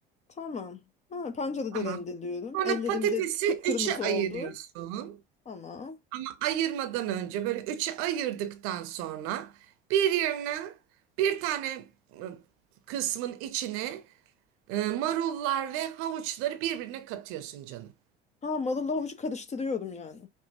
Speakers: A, on the left; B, on the right.
A: Tamam. Ha, pancarı da
B: Tamam.
A: rendeliyorum.
B: Sonra
A: Ellerimde
B: patatesi
A: kıpkırmızı
B: üçe ayırıyorsun.
A: oldu. Tamam.
B: Ama ayırmadan önce böyle üçe ayırdıktan sonra bir yerine bir tane e, kısmın içine e, marullar ve havuçları birbirine katıyorsun canım.
A: Ha marulla havucu karıştırıyorum yani.